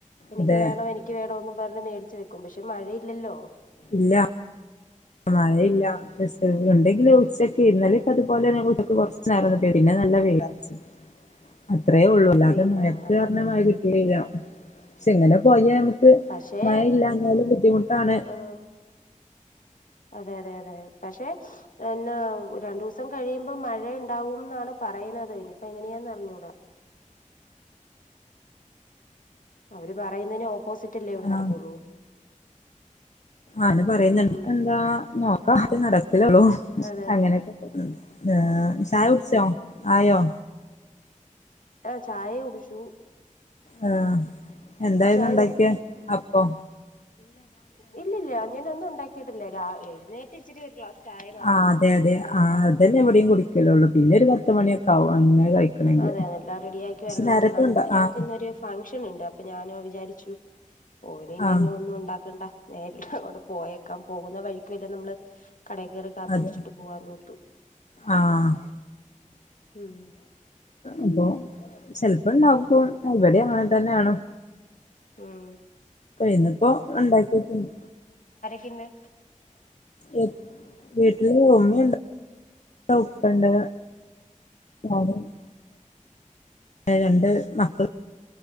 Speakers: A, on the left (about 80°); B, on the left (about 60°).
A: എനിക്ക്
B: അതെ
A: വേണം എനിക്ക് വേണോന്ന് പറഞ്ഞ് മേടിച്ച് വെക് ക്കും. പക്ഷെ മഴയില്ലല്ലോ.
B: ഇല്ല മഴയില്ല <unintelligible> ഉണ്ടെങ്കില് ഉച്ചക്ക് ഇന്നലിം ഇപ്പ അതുപോലെയന്നെ വീട്ട്ക്ക് കൊർച്ച് നേരം <unintelligible> പിന്നെ നല്ല വെ <unintelligible> അത്രയേ ഉള്ളൂ. അല്ലാതെ
A: വെയിലാണ്
B: മഴയ്ക്ക്
A: അതെ
B: അർഞ
A: അതെ
B: കാര്യം കിട്ടിയല്ല. ക്ഷെ ഇങ്ങനെ പോയ ക്ക്
A: പക്ഷേ
B: മഴ ഇല്ലാഞ്ഞാലും ബുദ്ധിമുട്ടാണ്.
A: ഏഹ് അതെ അതെ അതെ പക്ഷെ എന്നാ രണ്ടുസം കഴിയുമ്പോ മഴ ഇണ്ടാവും എന്നാണ് പറയിണത്. ഇനിപ്പോ എങ്ങനെയാന്ന് അറിഞ്ഞൂടാ. അവര് പറയുന്നന് ഓപ്പോസിറ്റ് അല്ലേ ഇവിടെ നടക്കുള്ളൂ.
B: ആ ആണ് പറയുന്നു
A: ഉം
B: എന്താ നോക്കാ നടക്ക <unintelligible>
A: അതെ അതെ
B: അങ്ങനെയക്കെ ആ ചായ കുടിച്ചോ ആയോ
A: ആ ചായ കുടിച്ചു
B: ആ എന്തായിരുന്നു
A: ചായ
B: ഉണ്ടക്കിയേ അപ്പൊ
A: ഇല്ല ഇല്ല ഞാൻ ഒന്നും ഉണ്ടാക്കിയിട്ടില്ല എഴുന്നേറ്റ് ഇച്ചരി ഒരു ക്ലാസ് ചായ മാത്രം
B: ആഹ്
A: കുടിച്ചുനി
B: അതെ അതെ
A: വേണം
B: ആഹ്
A: ഉണ്ടാക്ക
B: അതന്നെ ഇവിടെയും കുടിക്കലുള്ളൂ പിന്നെ ഒരു പത്ത് മണിയൊക്കെ ആവും അങ്ങനെ കഴിക്കണെങ്കില്
A: അതെയതെ എല്ലാം റെഡി ആക്കി
B: പക്ഷെ
A: വരണങ്കിഞങ്ങക്ക്
B: നേരത്തെ ഉണ്ട
A: ഞങ്ങക്ക്
B: ആഹ്
A: ഇന്നൊരു ഫംഗ്ഷൻ ഉണ്ട് അപ്പൊ ഞാനോ വിചാരി <unintelligible>
B: ആഹ്
A: ഒന്നും ഉണ്ടാക്കണ്ട നേരിട്ട് അങ്ങോട്ട് പോയേക്കാം പോകുന്ന വഴിക്ക് വല്ല നമ്മള് കട കയറി കാപ്പി
B: അതെ
A: കുടിച്ചിട്ട് പോവാന്നോർത്തു
B: ആഹ്
A: ഉം
B: അപ്പോ ചെലപ്പം ഇണ്ടാക്കും ഇവടിം അങ്ങനെ തന്നെയാണ്
A: ഉം
B: ഇന്നിപ്പോ ഉണ്ടാക്കിട്ടുണ്ട്
A: പിന്നെ
B: എ വീട്ടില ഉമ്മണ്ട് ഉപ്പണ്ട് <unintelligible> രണ്ട് മക്കള